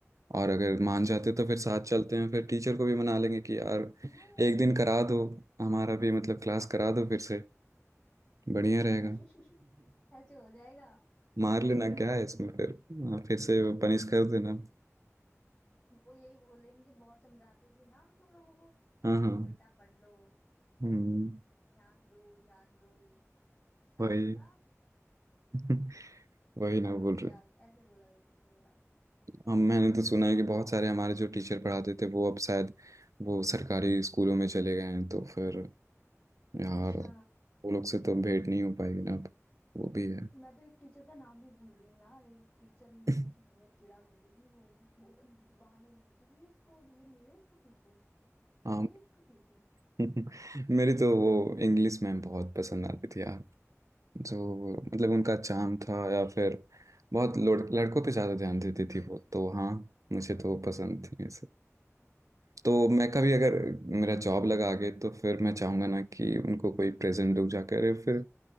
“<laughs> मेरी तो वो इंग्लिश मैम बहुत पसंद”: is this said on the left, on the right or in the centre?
Right